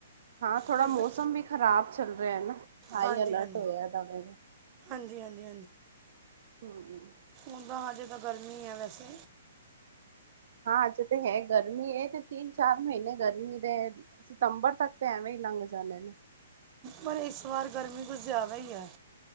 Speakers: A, on the right; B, on the right.
A: ਹਾਂ ਥੋੜਾ
B: ਪਰ
A: ਮੌਸਮ
B: ਫਿਰ
A: ਵੀ ਖ਼ਰਾਬ ਚੱਲ ਰਿਹਾ ਨਾ ਹਾਈ
B: ਹਾਂਜੀ
A: ਅਲਰਟ
B: ਹਾਂਜੀ
A: ਹੋਇਆ ਦਾਵੇ,
B: ਹਾਂਜੀ ਹਾਂਜੀ
A: ਹੂੰ
B: ਉ ਤਾਂ ਹਜੇ ਤਾਂ ਗਰਮੀ ਹੈ ਵੈਸੇ
A: ਹਾਂ ਅੱਜ ਤੇ ਹੈ ਗਰਮੀ ਹੈ ਤੇ ਤੀਨ ਚਾਰ ਮਹੀਨੇ ਗਰਮੀ ਦੇ ਸਿਤੰਬਰ ਤੱਕ ਤੇ ਐਵੇਂ ਈ ਲੰਘ ਜਾਂਣੇ ਨੇ।
B: ਪਰ ਇਸ ਵਾਰ ਗਰਮੀ ਕੁਛ ਜ਼ਿਆਦਾ ਈ ਐ।